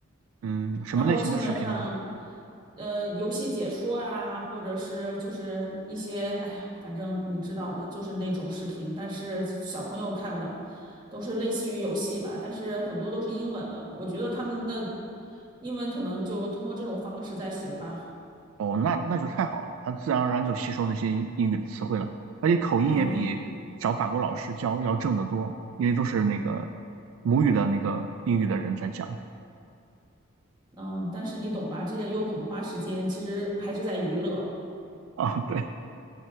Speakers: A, on the right; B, on the right.
A: 嗯，什么类型的视频呢？
B: 然后基本上，呃，游戏解说呀，或者是就是一些，哎呀，反正你知道的，就是那种视频，但是小朋友看的都是类似于游戏吧，但是很多都是英文的，我觉得他们的英文可能就通过这种方式在学吧，
A: 哦，那那就太好了，他自然而然就吸收那些英英语的词汇了，而且口音也比找法国老师教要正得多，
B: 嗯
A: 因为都是那个母语的那个英语的人在讲
B: 嗯，但是你懂吧，这个又很花时间，其实还是在娱乐。
A: 啊。对，